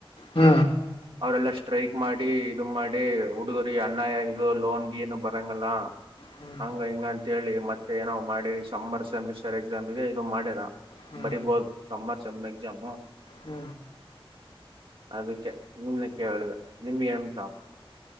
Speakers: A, on the left; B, on the right.
A: ಹ್ಮ
B: ಅವರೆಲ್ಲಾ ಸ್ಟ್ರೈಕ್ ಮಾಡಿ ಇದು ಮಾಡಿ ಹುಡುಗ ಅಣ್ಣ ಇಗ ಲೋನ್ ಕೀನು ಬರಂಗಲ್ಲ
A: ಹ್ಮ್
B: ಹಂಗ ಹಂಗ ತೆಳಿ ಮತ್ತೆ ಏನೋ್ ಮಾಡಿ ಸರ್ ಸೆಮಿಸ್ಟರ್ ಎಕ್ಸಾಮ್ಗೆ ಇದು ಮಾಡ್ಯಾರ
A: ಹ್ಮ್
B: ಬರಿಬೋದುರ್ ಮಗ್ ಜಾಮ
A: ಹ್ಮ್
B: ಅದಕ್ಕೆ ಮುಂದ ಕೇಳುದು ನಿಮ್ಗೆ ಎಮ್ತಾವ